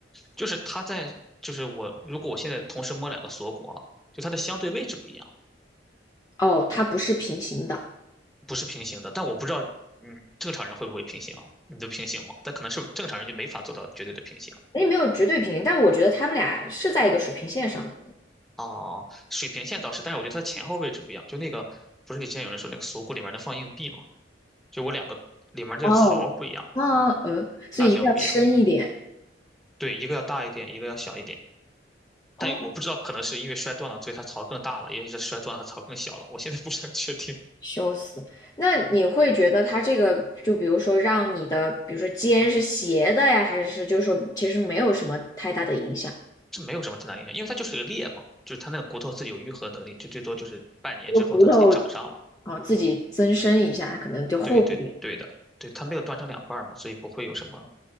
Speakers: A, in the centre; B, on the left.
A: 就是它在，就是我如果我现在同时摸两个锁骨啊，就它的相对位置不一样，
B: 哦，它不是平行的。
A: 不是平行的。但我不知道，嗯，正常人会不会平行啊？你都平行吗？但可能是不是正常人就没法做到绝对的平行
B: 也没有绝对平行，但我觉得他们俩是在一个水平线上的。
A: 啊。水平线倒是，但是我觉得它前后位置不一样。就那个不是以前有人说那个锁骨里面能放硬币吗？就我两个里面这个槽不一样，
B: 哦，啊，嗯，所以一定要深一点。
A: 大小不一样。对，一个要大一点，一个要小一点。
B: 哦，
A: 但我不知道，可能是因为摔断了，所以它槽更大了；，因为是摔断了，它槽更小了。我现在不是很确定。
B: 笑死！那你会觉得他这个，就比如说让你的，比如说肩是斜的呀，还是就是说其实没有什么太大的影响？
A: 这没有什么太大影响，因为它就是个裂嘛，就是它那个骨头自己有愈合能力，就最多就是半年之后它自己长上了。
B: 这个骨头，哦，自己增生一下，可能就厚一点。
A: 对对对的，对，它没有断成两半儿嘛，所以不会有什么